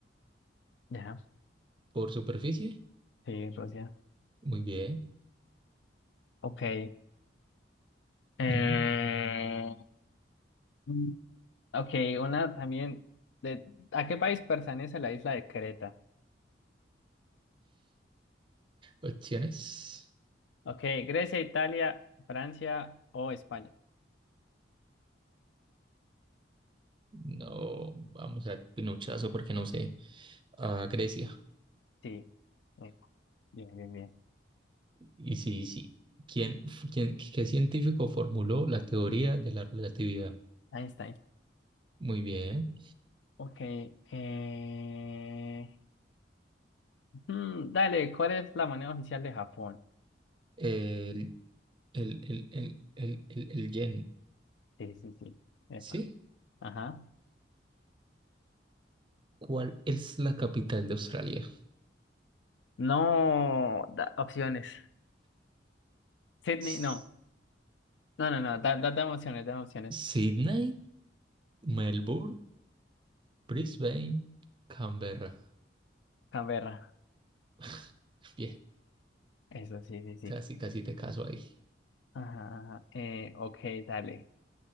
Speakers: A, on the left; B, on the right.
A: Ya,
B: ¿Por superficie?
A: sí, Rusia.
B: Muy bien.
A: Ok. Eh...
B: ujú.
A: mm, Ok, una también. De... ¿A qué país pertenece la isla de Creta?
B: Opciones.
A: Ok, Grecia, Italia, Francia o España.
B: No, vamos a Pinochazo porque no sé. A Grecia.
A: Sí. Eh, Bien, bien, bien.
B: Y sí, sí. ¿Quién, quién, qué científico formuló la teoría de la relatividad?
A: Einstein.
B: Muy bien.
A: Ok. Eh... Mm, dale, ¿cuál es la moneda oficial de Japón?
B: El, el, el, el, el, el, el yen.
A: Sí, sí, sí. Epa.
B: ¿Sí?
A: Ajá.
B: ¿Cuál es la capital de Australia?
A: No, da- opciones. Sydney,
B: S-
A: no. No, no, no. Da, da- dame opciones, dame opciones.
B: Sydney, Melbourne, Brisbane, Canberra.
A: Canberra.
B: <laughs> Bien,
A: Eso, sí, sí, sí.
B: casi, casi te caso ahí.
A: Ajá, ajá. Eh, ok, dale.